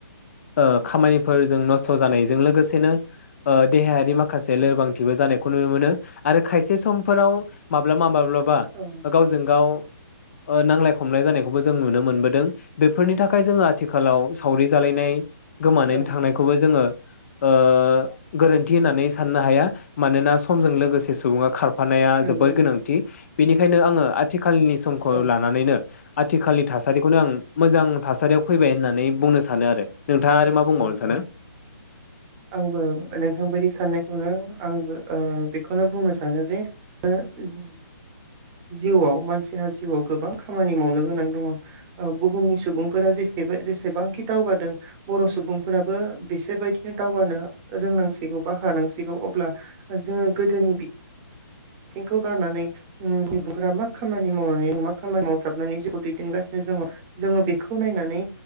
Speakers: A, on the left; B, on the right.
A: ओ खामानिफोरजों नस्थ' जानायजों लोगोसेनो ओ देहायारि माखासे लोरबांथिबो जानायखौ नुनो मोनो आरो खायसे समफोराव माब्लाबा माब्ला बा
B: औ
A: गावजों गाव ओ नांलाय खमलाय जानायखौबो जों नुनो मोनबोद दों बेफोरनि थाखाय जोङो आथिखालाव सावरि जालायनाय गोमानैनो
B: नंगौ
A: थांनायखौबो जोङो ओ गोरोन्थि होननानै साननो हाया मानोना समजों लोगोसे सुबुङा खार फानाया
B: नंगौ
A: जोबोर गोनांथि। बिनिखायनो आङो आथिख खालनि समखौ
B: औ
A: लानानैनो आथिखालनि थास खौनो आं मोजां थासारियाव फैबाय होननानै बुंनो सानो आरो। नोंथाङा आरो मा बुंबावनो
B: औ औ
A: सानो
B: उम आंबो नोंथां बायदि साननाय <unintelligible> आंबो ओ बेखौनो बुंनो सानो जे ओ जि जिउआव मानसिहा जिउआव गोबां खामानि मावनो गोनां दङ ओ बुहुमनि सुबुं फोरा जेसेबो जसेबांखि दावगादों। बर' सुबुंफोराबो बिसोरबायदिनो दावगानो ओ रोंनांसिगौ बा हानांसिगौ अब्ला ओ जोङो गोदोनि बिथ थिंखौ गारनानै ओम बिर'फ्रा मा खामानि मावनानै मा खामानि मावथाबनानै जिउखौ दैदेनगासिनो दङ जोङो बेखौ नायनानै